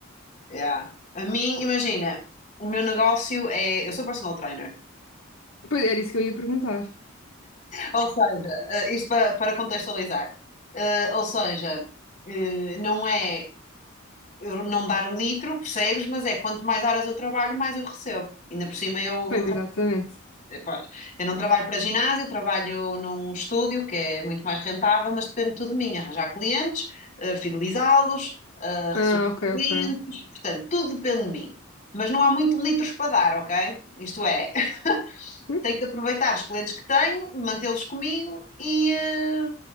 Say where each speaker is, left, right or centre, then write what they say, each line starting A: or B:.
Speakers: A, on the left; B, on the left.
A: Yeah. A mim, imagina, o meu negócio é. Eu sou personal trainer.
B: Pois era isso que eu ia perguntar.
A: Ou seja, eh, isto para, para contextualizar. Eh, ou seja, eh, não é eu não dar o litro, percebes? Mas é quanto mais horas eu trabalho, mais eu recebo. Ainda por cima eu
B: Pois,
A: não
B: exatamente.
A: Pois. Eu não trabalho para ginásio, trabalho num estúdio que é muito mais rentável, mas depende tudo de mim, arranjar clientes, eh, fidelizá-los, eh, receber
B: Ah, ok,
A: clientes,
B: ok.
A: portanto, tudo depende de mim. Mas não há muito litros para dar, ok? Isto é, <laughs>
B: Hum?
A: tenho que aproveitar os clientes que tenho, mantê-los comigo e, eh,